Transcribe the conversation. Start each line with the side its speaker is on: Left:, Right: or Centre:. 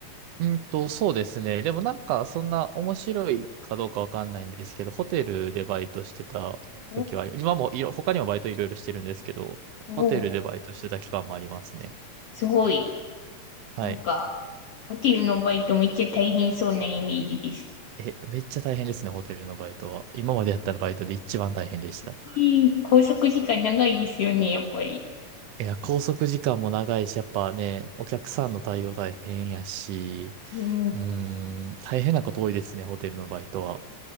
Right: うんと、そうですね。でもなんか、そんな面白いかどうかわかんないんですけど、ホテルでバイトしてた時は、
Left: お
Right: 今もいろ、他にもバイトいろいろしてるんですけど、
Left: お、
Right: ホテルでバイトしてた期間もありますね。
Left: すごい。
Right: はい。
Left: なんか、ホテルのバイトめっちゃ大変そうなイメージです。
Right: え、めっちゃ大変ですね、ホテルのバイトは。今までやったバイトで一番大変でした。
Left: いい、拘束時間長いですよね、やっぱり。
Right: いや、拘束時間も長いし、やっぱね、お客さんの対応大変やし、
Left: うん。
Right: うーん、大変なこと多いですね、ホテルのバイトは。